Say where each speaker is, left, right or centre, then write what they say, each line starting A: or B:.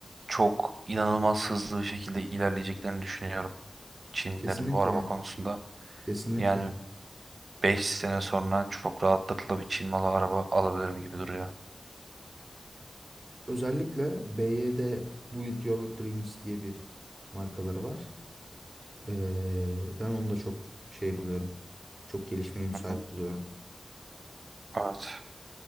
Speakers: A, on the right; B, on the right.
A: çok inanılmaz hızlı bir şekilde ilerleyeceklerini düşünüyorum. Çinlilerin
B: Kesinlikle.
A: bu araba konusunda.
B: Kesinlikle.
A: Yani 5 sene sonra çok rahatlıkla bir Çin malı araba alabilirim gibi duruyor.
B: Özellikle BYD Build Your Dreams diye bir markaları var. Ee, ben onu da çok şey buluyorum. Çok gelişmeye müsait
A: Hı hı.
B: buluyorum.
A: Evet.